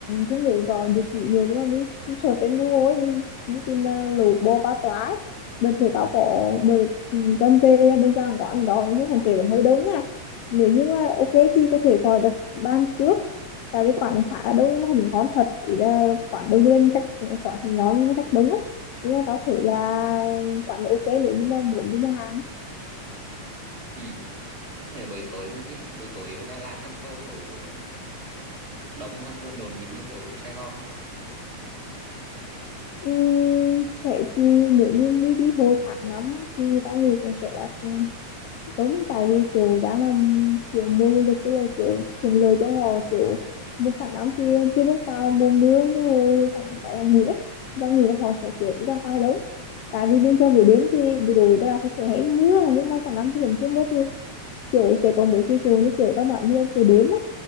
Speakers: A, on the left; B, on the right.
A: không nhớ rõ địa chỉ nữa nhưng mà mình, mình search trên Google ấy mình mình tìm là lẩu bò ba toa ấy. đợt thử tao có bờ cần về đến quán quán đó nhưng mà trẻ vẫn hơi đông nha nếu như mà ok thì có thể gọi đặt ban trước tại vì quán khá là đông nhưng mà hình ngon thật ý là quán đông lên cách quán hình ngon nhưng cách đông á Thế nên tao thấy là quán là ok nếu như mà muốn đi nhà hàng
B: ừ. Thế là buổi tối vẫn chứ buổi tối ở Đà Lạt hắn có kiểu ờ, đông hắn có nhộn nhịp như kiểu ở Sài Gòn không ta
A: Ừm, sẽ tùy nếu như đi đi hồi tháng năm thì tao nghĩ cũng sẽ là cũng đúng tại vì kiểu đang là kiểu mùa du lịch với lại kiểu thuận lợi cho họ kiểu một tháng năm thì chưa bước vào mùa mưa nhưng rồi tháng bảy hay gì đấy tao nghĩ là họ sẽ kiểu đi ra ngoài đúng tại vì bên trong buổi đêm thì buổi tối đây là sẽ hay mưa nhưng mà tháng năm thì vẫn chưa mưa thì kiểu sẽ có mấy cái chỗ như kiểu tao nói như là trời đêm á